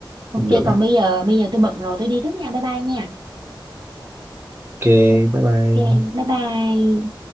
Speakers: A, on the right; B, on the right.
A: ok
B: không được
A: còn
B: á
A: bây giờ bây giờ tôi bận rồi tôi đi trước nha bye bye nha
B: ok
A: ok
B: bye bye
A: bye bye